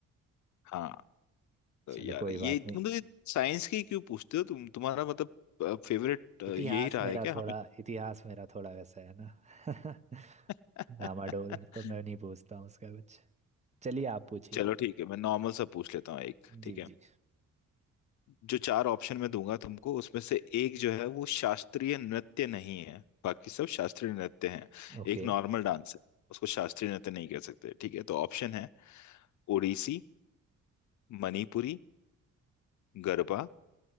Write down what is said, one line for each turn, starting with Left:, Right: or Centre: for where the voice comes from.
Left: हाँ तो
Right: चलो
Left: यार
Right: कोई
Left: ये
Right: बात नहीं
Left: मतलब ये साइंस की क्यों पूछते हो तुम तुम्हारा मतलब फेवरेट यही
Right: इतिहास
Left: रहा
Right: मेरा
Left: है क्या
Right: थोड़ा इतिहास मेरा थोड़ा वैसा है ना <laughs>
Left: हमेशा
Right: डामाडोल तो मैं
Left: <laughs>
Right: नहीं पूछता हूँ उसका कुछ चलिए आप पूछिए
Left: चलो ठीक है मैं नॉर्मल सा पूछ लेता हूँ एक ठीक
Right: जी
Left: है
Right: जी
Left: जो चार ऑप्शन मैं दूंगा तुमको उसमें से एक जो है वो शास्त्रीय नृत्य नहीं है बाकी सब शास्त्रीय नृत्य हैं
Right: ओके
Left: एक नॉर्मल डांस है उसको शास्त्रीय नृत्य नहीं कह सकते ठीक है तो ऑप्शन है ओडिसी मणिपुरी गरबा